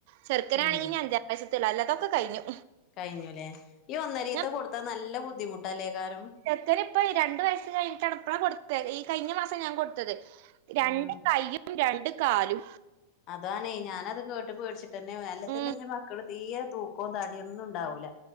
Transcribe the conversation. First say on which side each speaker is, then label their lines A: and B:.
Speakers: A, on the right; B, on the left.
A: ചെർ ക്കനാണെങ്കിൽ
B: ഉം
A: ഇനി അഞ്ചാം വയസത്ത ഉള്ളൂ അല്ലാത്തൊക്കെ കഴിഞ്ഞു
B: കഴിഞ്ഞുല്ലേ ഈ ഒന്നരീത്തെ
A: ഞാൻ
B: കൊടുത്താ നല്ല ബുദ്ധിമുട്ടല്ലേക്കാരം
A: എത്തരി ഇപ്പ രണ്ട് വയസ്സ് കഴിഞ്ഞട്ടാണ്ണപ്പ കൊടു ഈ കഴിഞ്ഞ മാസം ഞാൻ കൊടുത്തത് രണ്ട്
B: ഉം
A: കൈയും രണ്ട് കാലും
B: അതാണേ ഞാനത് കേട്ട് പേടിച്ചിട്ട തന്നെ വല്ലെ തന്നെ
A: ഉം
B: എ മക്കള് തീരെ തൂക്കം ത ഒന്നും ഉണ്ടാവൂല്ല